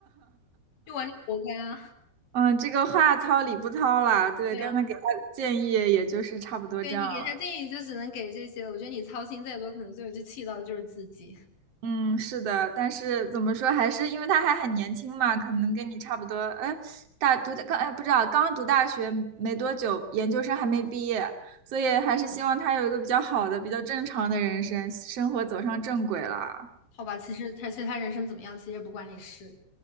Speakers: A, on the left; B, on the right.
A: 就完全活该啊。<laughs>
B: 嗯，这个话糙理不糙啦，对，
A: 对啊，
B: 刚才给他的建议也就是差不多这样了。
A: 对你给他建议就只能给这些了。我觉得你操心再多，可能最后就气到的就是自己，
B: 嗯，是的，但是怎么说，还是因为他还很年轻嘛，可能跟你差不多。哎，大读的刚哎不知道，刚读大学没多久，研究生还没毕业，所以还是希望他有一个比较好的、比较正常的人生，生活走上正轨了。
A: 好吧？其实他其实他人生怎么样，其实也不关你事。